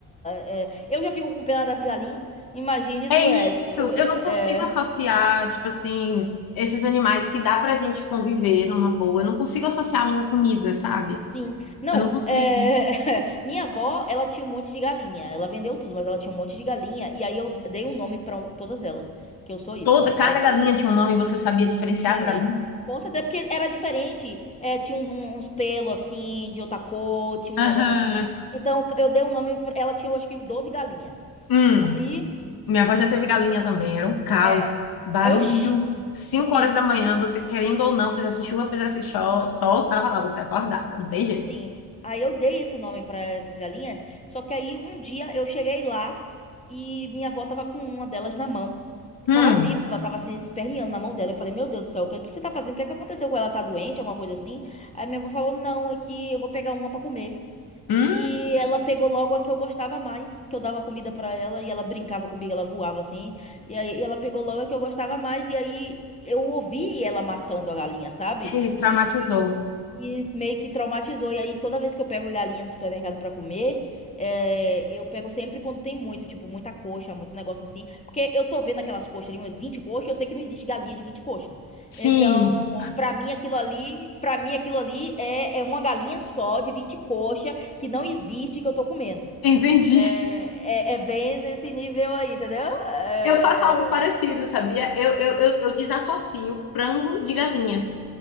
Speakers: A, on the left; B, on the left.
A: é, eu já fico com pena das galinhas, imagine
B: É
A: do
B: isso,
A: resto. É,
B: eu não consigo associar, tipo assim, esses animais que dá pra gente conviver numa boa. Eu não consigo associá-los à comida, sabe?
A: sim. Não,
B: Eu não consigo.
A: é, <laughs> minha avó, ela tinha um monte de galinha. Ela vendeu tudo, mas ela tinha um monte de galinha. E aí eu dei um nome pra todas elas, que eu sou isso,
B: Toda,
A: né?
B: cada
A: Aí
B: galinha
A: eu
B: tinha um nome, você sabia diferenciar
A: tinha.
B: as galinhas?
A: Com certeza, porque era diferente. É, tinha uns, uns pelos assim, de outra cor, tinha
B: Aham.
A: uns negócios assim. Então eu dei um nome. Pra, ela tinha, eu acho que, 12 galinhas.
B: Hum,
A: Aí,
B: minha avó já teve galinha também, era um caos,
A: é.
B: barulho.
A: Oxi!
B: Cinco
A: Sim,
B: horas da manhã, você querendo ou não, fizesse chuva, fizesse cho- sol, tava lá você acordada, não tem jeito.
A: Sim. Aí eu dei esse nome para essas galinhas, só que aí um dia eu cheguei lá e minha avó tava com uma delas na mão.
B: Hum.
A: Tava viva, tava se esperneando na mão dela. Eu falei, meu Deus do céu, o que é que você tá fazendo? O que é que aconteceu com ela? Tá doente, alguma coisa assim? Aí minha avó falou, não, é que eu vou pegar uma para comer.
B: Hum,
A: E ela pegou logo a que eu gostava mais, que eu dava comida para ela e ela brincava comigo, ela voava assim. E aí ela pegou logo a que eu gostava mais e aí eu ouvi ela matando a galinha, sabe?
B: e traumatizou.
A: E, e e meio que traumatizou. E aí, toda vez que eu pego galinha no supermercado pra comer, eh, eu pego sempre quando tem muito, tipo, muita coxa, muito negócio assim. Porque eu tô vendo aquelas coxas ali, umas vinte coxas, eu sei que não existe galinha de 20 coxas.
B: Sim,
A: Então, pra mim, aquilo ali, pra mim, aquilo ali é, é uma galinha só de 20 coxas que não existe que eu tô comendo.
B: <laughs> entendi.
A: É, é, é bem nesse nível aí, entendeu? É,
B: Eu faço algo parecido,
A: é...
B: sabia? Eu, eu, eu, eu desassocio frango de galinha.